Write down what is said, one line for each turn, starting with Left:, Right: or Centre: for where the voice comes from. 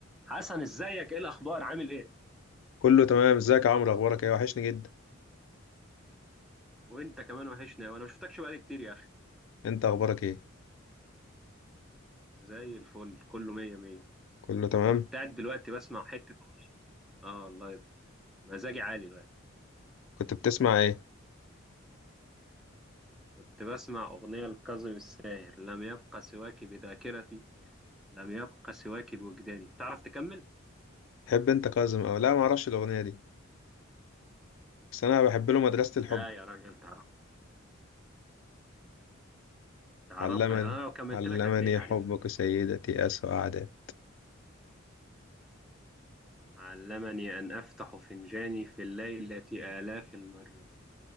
Centre: حسن ازيك ايه الاخبار عامل ايه
Left: كله تمام ازيك يا عمرو اخبارك ايه وحشني جدا
Centre: وانت كمان وحشنا وانا ما شفتكش بقالي كتير يا اخي
Left: انت اخبارك ايه
Centre: زي الفل كله مية مية
Left: كله تمام
Centre: كنت قاعد دلوقتي بسمع حتة اه والله مزاجي عالي دلوقتي
Left: كنت بتسمع ايه
Centre: كنت بسمع اغنية لكاظم الساهر لم يبقى سواك بذاكرتي لم يبقى سواك بوجداني تعرف تكمل
Left: تحب انت كاظم او لا ما اعرفش الاغنيه دي بس انا بحب له مدرسه الحب
Centre: لا يا راجل تعرف تعرفها
Left: علمني
Centre: يعني انا لو كملت
Left: علمني
Centre: لك هتلاقيك عارفها
Left: حبك سيدتي اسوء اعداء
Centre: علمني ان افتح فنجاني في الليلة آلاف المرات